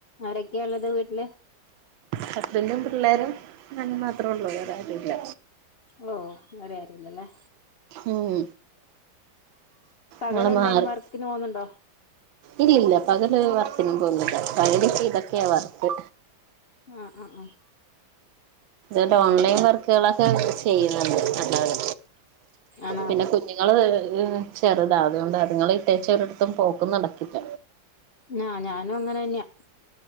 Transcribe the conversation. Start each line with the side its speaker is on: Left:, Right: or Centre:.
Left: അരൊക്കെയള്ളത് വീട്ടില്
Right: ഹസ്ബൻറും പിള്ളേരും ഞാനും മാത്രേ ഉള്ളൂ വേറാരുവില്ല
Left: ഓഹ് വേറെ ആരുവില്ലല്ലേ
Right: ഉം
Left: പകല്
Right: ഞങ്ങള്
Left: എന്തേലും
Right: മാറി
Left: വർക്കിന് പോകുന്നുണ്ടോ
Right: ഇല്ലില്ല പകല് വർക്കിനൊന്നും പോന്നില്ല പകല് ഇതൊക്കെയാ വർക്ക്
Left: ആഹ് ആഹ് ആഹ്
Right: ഇത ഓൺലൈൻ
Left: ഉം
Right: വർക്കുകളൊക്കെ ചെയ്യുന്നുണ്ട് അല്ലാതെ
Left: ആണോ
Right: പിന്നെ നി ഞങ്ങൾ ചെറുത അതുകൊണ്ട്ണ് അത്ങ്ങൾ ഇട്ടേച്ച ഒരിടത്തും പോക്കും നടക്കില്ല
Left: ഞാനും അങ്ങനെ തന്നെയാ